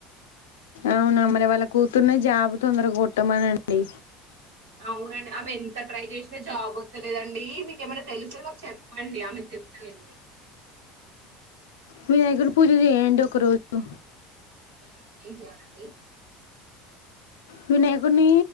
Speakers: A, on the left; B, on the right.
A: అవునా మరి వాళ్ళ కూతురునీ జాబ్ తొందర కొట్టమనండి.
B: అవునండి ఆమె ఎంత ట్రై చేసి జాబ్ వత్తలేదండి మీకు ఏమైనా తెలుస్తే మాకు చెప్ చెప్పండి ఆమెకు చెప్తలే పోయి.
A: వినాయకుకి పూజ చేయండి ఒక రోజు
B: ఏం ఏం చేయాలాండి
A: వినాయకున్నీ